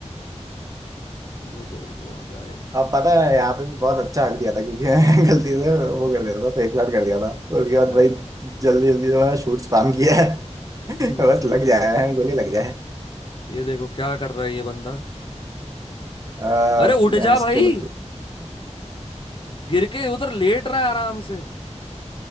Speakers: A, on the left (about 45°); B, on the right (about 30°).
A: रुको रुको भाई
B: आप पता है यहाँ पे भी बहुत अच्छा हक दिया था क्योंकि मैं <laughs> गलती से वो
A: हम्म,
B: कर दिया था फेक शॉट कर दिया था उसके बाद
A: अ,
B: भाई जल्दी जल्दी से मैंने शूट स्पैम किया है
A: हम्म,
B: <laughs> बस लग जाए गोली लग जाए
A: ये देखो क्या कर रहा है ये बंदा
B: आ,
A: अरे उठ
B: मैं
A: जा
B: इसके
A: भाई
B: लिए तो-
A: गिर के उधर लेट रहा है आराम से